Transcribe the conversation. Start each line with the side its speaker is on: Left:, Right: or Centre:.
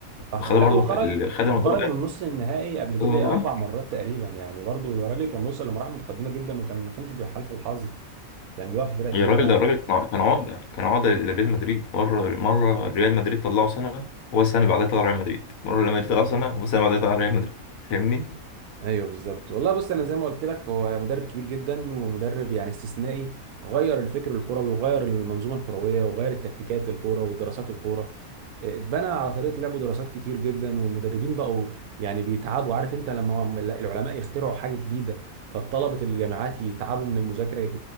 Right: صح
Left: وخدها
Right: لا
Left: برضه
Right: وخرج
Left: اللي خدها
Right: وخرج
Left: من قدام
Right: من نص النهائي قبل كده
Left: رمضان
Right: اربع مرات تقريبا يعني برضو الراجل كان بيوصل لمراحل متقدمة جدا وكان ما كانش بيحالف الحظ كان بيقع في فرق
Left: يا
Right: تقيلة
Left: راجل
Right: يعني
Left: ده الراجل كان كان عقدة كان عقدة لريال مدريد مرة مرة ريال مدريد طلعه سنة هو السنة اللي بعدها طلع ريال مدريد مرة ريال مدريد طلعه سنة هو السنة اللي بعدها طلع ريال مدريد فاهمني؟
Right: ايوه بالظبط والله بص انا زي ما قلت لك هو مدرب كبير جدا ومدرب يعني استثنائي غير الفكر الكروي وغير المنظومه الكرويه وغير التكتيكات الكوره ودراسات الكوره اتبنى على طريقه لعبه دراسات كتير جدا والمدربين بقوا يعني بيتعبوا عارف انت لما هم- العلماء يخترعوا حاجه جديده فالطلبه الجامعات يتعبوا من المذاكره